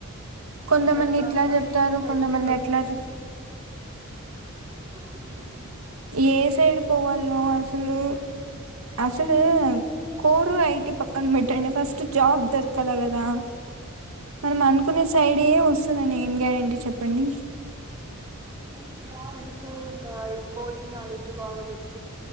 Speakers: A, on the right; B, on the right.
A: కొంతమంది
B: ఇంకా ఇప్పుడంతా
A: ఇట్లా చెప్తారు
B: ఐటీ సైడ్కే
A: కొంతమంది ఎట్లా చె
B: ఉ
A: ఏ సైడ్ పోవాలనో అసలు అసలు కోరు ఐటి పక్కన పెట్టండి ఫస్ట్ జాబ్ దొరకాల కదా మనం అనుకునే సైడే వస్తుందని ఏం గ్యారంటీ చెప్పండి
B: ఇంకా అదే ఇంకా స్కిల్స్ ఇంకా ఈ కోడింగ్ క్నోలెడ్జ్ బాగా <unintelligible>